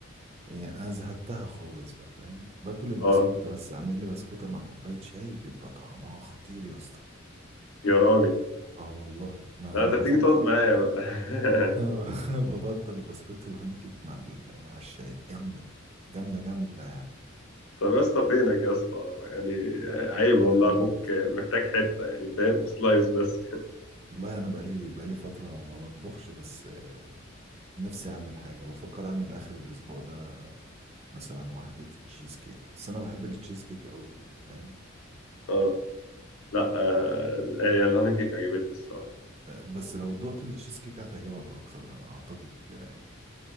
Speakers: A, on the right; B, on the left.
A: يعني أنا زهدتها خالص بقى فاهم باكل البسكوتة
B: اه
A: بس أعمل لي بسكوتة مع كوباية شاي بيبقى طعمها خطير يا اسطى
B: يا راجل
A: اه والله انا
B: لا
A: انا
B: انت
A: بفضل
B: تيجي تقعد معايا بقى <laughs>
A: <laughs> انا بفضل بسكوت الهوني كيك مع ال... مع الشاي جامده جامده جامده يعني
B: طب يا اسطى فينك يا اسطى يعني عيب
A: هنعمل
B: والله اخوك
A: ايه بس
B: محتاج حته يعني فاهم سلايس بس
A: والله انا بقالي بقالي فتره ما بطبخش بس آه، نفسي اعمل حاجه بفكر اعمل اخر الاسبوع ده مثلا واحده تشيز كيك بس انا بحب التشيز كيك قوي فاهم
B: <laughs> اه لا آه هي الهاني كيك عجبتني الصراحه
A: آه، بس لو دقت التشيز كيك هتعجبك اكتر انا اعتقد كده يعني